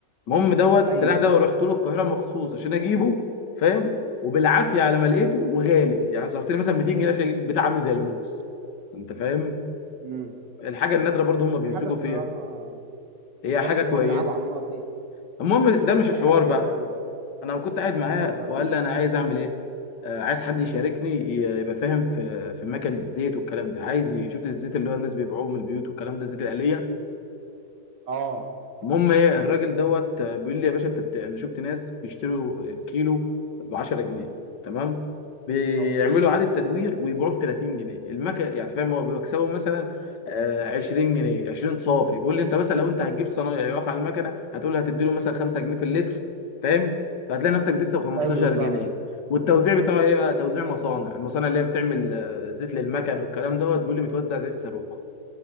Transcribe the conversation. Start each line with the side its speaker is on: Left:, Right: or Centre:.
Left: المهم دوت السلاح
Right: ايوه
Left: ده
Right: أيوه.
Left: ورحت له القاهره مخصوص عشان اجيبه فاهم وبالعافيه على ما لقيته وغالي يعني صرفت لي مثلا 200 جنيه عشان اجيب بتاع عامل زي الموس انت فاهم
Right: امم
Left: الحاجه النادره برضو هم
Right: دي
Left: بيمسكوا
Right: حاجة الصراحة
Left: فيها
Right: بالظبط
Left: هي حاجه كويسه
Right: هما بيلعبوا على النقط دي
Left: المهم ده مش
Right: هي
Left: الحوار
Right: حاجة حلوة
Left: بقى
Right: يا م-
Left: انا كنت قاعد معاه
Right: امال بقى
Left: وقال
Right: قول
Left: لي
Right: لي
Left: انا عايز اعمل ايه آه، عايز حد يشاركني ي- يبقى فاهم في في مكان الزيت والكلام ده عايز ي- شفت الزيت اللي هو الناس بيبيعوه من البيوت والكلام ده الزيت الآلية
Right: اه
Left: المهم ايه الراجل دوت آه، بيقول لي يا باشا انت بت- انا شفت ناس بيشتروا كيلو ب 10 جنيه تمام بيعملوا
Right: بالظبط
Left: اعاده تدوير ويبيعوه ب 30 جنيه المكن يعني فاهم هو بيكسبوا مثلا آه، 20 جنيه 20 صافي بيقول لي انت مثلا لو انت هتجيب صنايعي يقف على المكنه هتقول له هتدي له مثلا 5 جنيه في اللتر فاهم فهتلاقي نفسك بتكسب 15
Right: ايوه
Left: جنيه
Right: فاهم
Left: والتوزيع بتاعه ايه بقى توزيع مصانع المصانع اللي هي بتعمل آه، زيت للمكن والكلام دوت بيقول لي بتوزع زيت صاروخ